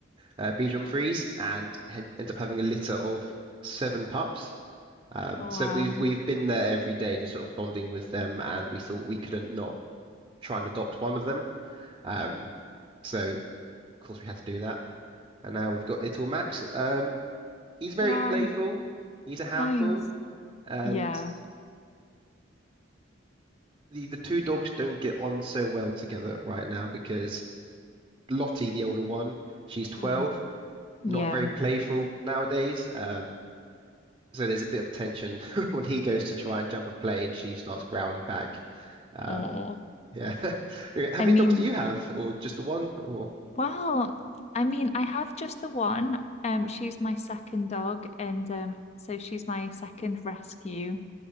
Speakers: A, on the right; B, on the left.
A: uh, Bichon Frise and hen ended up having a litter of seven pups. Um,
B: Oh,
A: so
B: wow.
A: we've we've been there every day, just sort of bonding with them, and we thought we couldn't not try and adopt one of them. Um, so of course we had to do that, and now we've got little Max. Um, he's very
B: Wow.
A: playful. He's a handful,
B: Nice.
A: and.
B: Yeah.
A: the the two dogs don't get on so well together right now because Lottie, the older one, she's 12,
B: Mm. Yeah.
A: not very playful nowadays. Um, so there's a bit of tension <laughs> when he goes to try and jump a play, and she starts growling back. Um,
B: Oh.
A: yeah. <laughs> How
B: I
A: many
B: mean,
A: dogs do you have, or just the one? Or
B: well, I mean, I have just the one. Um, she's my second dog, and um, so she's my second rescue.